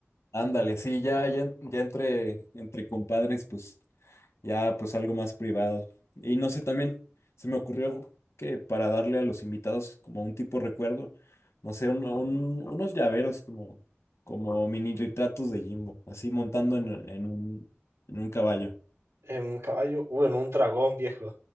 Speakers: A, on the left; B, on the right.
A: ándale, sí, ya, ya, en- ya entre, entre compadres, pues ya pues algo más privado. Y no sé, también se me ocurrió que para darle a los invitados como un tipo recuerdo, no sé, un- un- unos llaveros como, como mini retratos de Jimbo, así montando en, en un, en un caballo.
B: En un caballo, o en un dragón viejo.